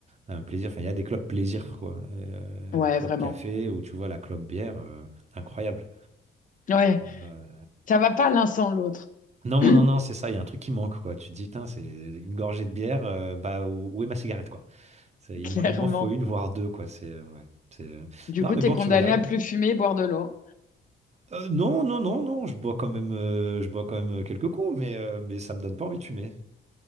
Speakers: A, on the right; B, on the left.
A: un plaisir. Enfin, il y a des clopes plaisir, quoi. Et, euh,
B: ouais,
A: la clope
B: vraiment.
A: café, ou tu vois, la clope bière, euh, incroyable.
B: Ouais,
A: Euh,
B: ça va pas l'un sans l'autre, <clears throat>
A: non, non, non, c'est ça, il y a un truc qui manque, quoi. Tu te dis, Tain, c'est une gorgée de bière, euh, bah, où, où est ma cigarette, quoi? C'est- Il
B: clairement.
A: m'en il m'en faut une, voire deux, quoi. C'est, euh, ouais, c'est... euh,
B: Du
A: Non,
B: coup,
A: mais
B: t'es
A: bon,
B: condamné
A: tu vas y arriver.
B: à plus fumer et boire de l'eau.
A: Euh, non, non, non, non, je bois quand même, euh, je bois quand même euh, quelques coups, mais, euh, mais ça me donne pas envie de fumer.